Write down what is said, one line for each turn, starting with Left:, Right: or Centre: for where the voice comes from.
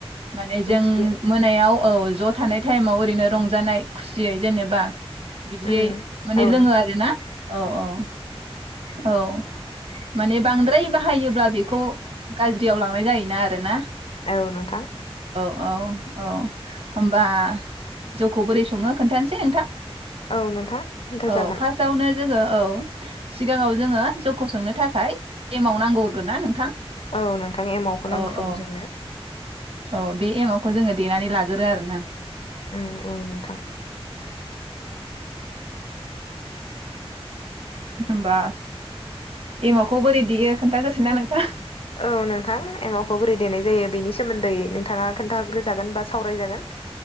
Right: माने जों
Left: मिथियो
Right: मोनायाव औ ज थानाय टाइमाव ओरैनो रंजानाय खुसियै जेनेबा बिदियै
Left: उम
Right: माने
Left: औ
Right: लोङो
Left: नोंथां
Right: आरो ना औ औ औ माने बांद्राय बाहायो अब्ला बेखौ गाज्रियाव लांनाय जायोना आरो ना
Left: औ नोंथां
Right: औ औ होनबा जौखौ बोरै सङो खोन्थानोसै नोंथां
Left: औ नोंथां खोन्थाजागोन
Right: औ फार्स्टआवनो जोङो औ सिगाङाव जोङो जौखौ सोंनो थाखाय एमाव नांगौ गोनना नोंथां
Left: औ नोंथां एमावखौ
Right: औ
Left: नांग्रोगौ
Right: औ
Left: जोंनो
Right: औ बे एमावखौ जोङो देनानै लागोरो आरो ना
Left: औ औ नोंथां
Right: होनबा एमावखौ बोरै देयो खोनथागसो ना नोंथां
Left: औ नोंथां एमावखौ बोरै देनाय जायो बेनि सोमोन्दै नोंथाङा खोन्थाग्रोजागोन बा सावरायजागोन